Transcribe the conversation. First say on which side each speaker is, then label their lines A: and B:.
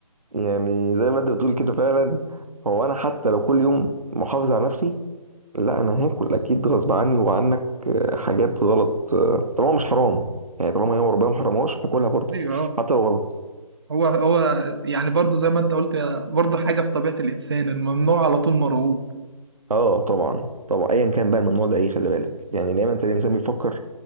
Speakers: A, on the right; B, on the right.
A: يعني زي ما انت بتقول كده فعلا هو انا حتى لو كل يوم محافظ على نفسي لا انا هاكل اكيد غصب عني وعنك آه، حاجات غلط آه، طالما مش حرام يعني طالما هي ربنا ما حرمهاش هاكلها برضه
B: ايوه
A: حتى لو غلط
B: هو هو يعني برضو زي ما انت قلت هي برضو حاجه في طبيعه الانسان الممنوع على طول مرغوب
A: اه طبعا طبعا ايا كان بقى الممنوع ده ايه خلي بالك يعني دايما تلاقي الانسان بيفكر